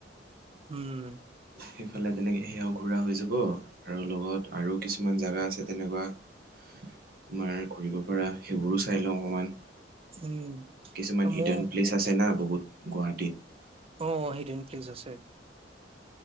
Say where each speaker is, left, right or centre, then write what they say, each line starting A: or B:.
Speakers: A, on the right; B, on the right.
A: উম।
B: সেইফালে তেনেকে সেয়াও ঘূৰা হৈ যাব। আৰু লগত আৰু কিছুমান জাগা আছে তেনেকুৱা। তোমাৰ ঘুৰিব পাৰা, সেইবোৰো চাই লওঁ অকণমান।
A: উম
B: কিছুমান হিডেন
A: মই
B: প্লেচ আছে না, বহুত। গুৱাহাটীত।
A: অ', সেইটো। প্লেজ আছে।